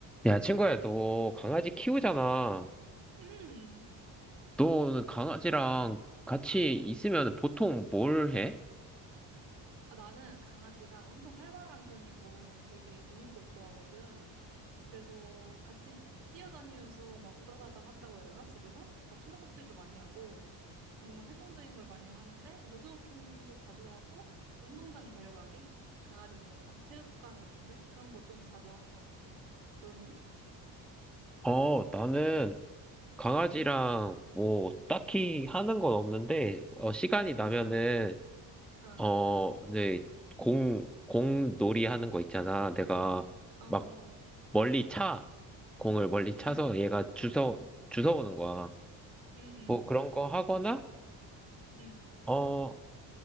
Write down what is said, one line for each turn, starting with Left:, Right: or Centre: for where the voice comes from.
Centre: 야, 친구야, 너 강아지 키우잖아.
Right: 음.
Centre: 너는 강아지랑 같이 있으면 보통 뭘 해?
Right: 아, 나는 강아지가 엄청 활발한 편이고 되게 노는 걸 좋아하거든. 그래서 같이 뛰어다니면서 막 우다다다 한다고 해야 되나? 집에서? 막 숨바꼭질도 많이 하고 뭔가 활동적인 걸 많이 하는데 노즈워킹도 자주 하고 운동장 데려가기? 강아지 운동장? 체육관 같은데? 그런 거 좀 자주 하는 것 같아. 너는?
Centre: 어, 나는 강아지랑
Right: 응.
Centre: 뭐 딱히 하는 건 없는데, 어, 시간이 나면은,
Right: <laughs> 어,
Centre: 어, 네, 공, 공놀이 하는 거 있잖아. 내가
Right: 어, 어,
Centre: 막 멀리 차. 공을 멀리 차서
Right: 응,
Centre: 얘가 주워, 주워오는 거야.
Right: 응, 응,
Centre: 뭐 그런 거 하거나,
Right: 응,
Centre: 어,